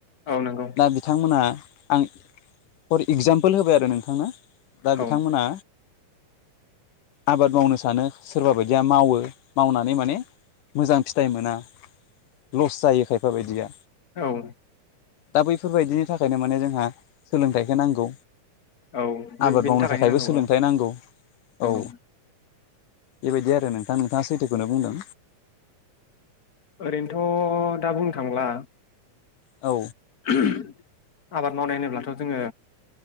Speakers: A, on the left; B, on the left.
A: औ नंगौ
B: दा बिथांमोना आं फर एगजामपोल होबाय आरो नोंथांनो दा
A: औ
B: बिथांमोना आबाद मावनो सानो सोरबा बायदि बायदिया मावो मावनानै माने मोजां फिथाइ मोना लस जायो खायफा बायदिया
A: औ
B: दा बैफोरबायदिनि थाखायनो माने जोंहा सोलोंथाइखौ नांगौ
A: औ बे
B: आबाद
A: बेनि
B: मावनो
A: थाखायनो
B: थाखायबो
A: नांगौ
B: सोलोंथाइ
A: औ
B: नांगौ
A: नंगौ
B: औ बेबायदि आरो नोंथां नोंथाङा सैथोखौनो बुंदों
A: ओरैनोथ' दा बुंनो थांब्ला
B: औ
A: ओम आबाद मावनाय होनोब्लाथ' जोङो